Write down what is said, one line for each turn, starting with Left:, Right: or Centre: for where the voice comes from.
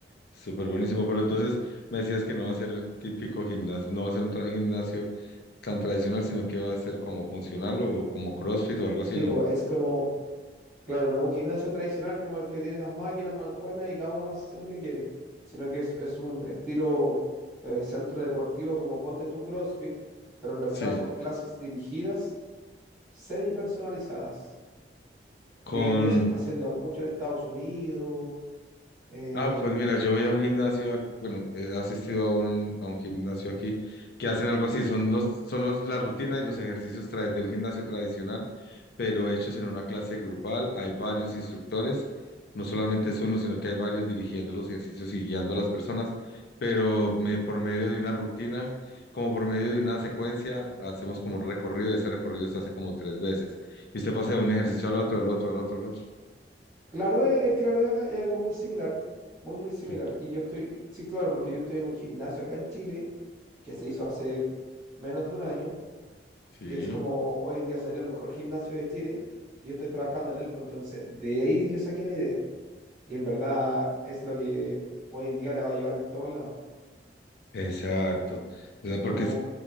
Left: Súper buenísimo, pero entonces me decías que no va a ser el típico gimnasio, no va a ser un tra- gimnasio tan tradicional, sino que va a ser como funcional o como CrossFit o algo así,
Centre: Sí,
Left: ¿no?
Centre: pues es como... Claro, no es un gimnasio tradicional como el que tiene las máquinas, mancuernas y cada uno hace lo que quiere, sino que es, es un estilo eh, centro deportivo como ponte tú CrossFit, pero en verdad
Left: Sí.
Centre: son clases dirigidas, semi personalizadas,
Left: Con
Centre: que hoy en día se está haciendo mucho en Estados Unidos. eh,
Left: Ah, pues mira, yo voy a un gimnasio, ac- bueno, he asistido a uno, en- a un gimnasio aquí que hacen algo así, son los, son los, la rutina y los ejercicios tra- de un gimnasio tradicional, pero hechos en una clase grupal, hay varios instructores, no solamente es uno, sino que hay varios dirigiendo los ejercicios y guiando a las personas, pero me, por medio de una rutina, como por medio de una secuencia, hacemos como un recorrido, ese recorrido se hace como tres veces, y usted pasa de un ejercicio al otro, al otro, al otro, al otro.
Centre: claro, es, es- claro, es, es algo muy similar, muy, muy similar.
Left: Sí.
Centre: Y yo estoy, sí, claro, porque yo estoy en un gimnasio acá en Chile que se hizo hace menos de un año
Left: Sí.
Centre: que es como hoy en día salió el mejor gimnasio de Chile y yo estoy trabajando en él, pues entonces de ahí yo saqué la idea. Y en verdad es lo que hoy en día la va a llevar en todos lados.
Left: Exacto, o sea,
Centre: Es
Left: porque
Centre: como,
Left: es,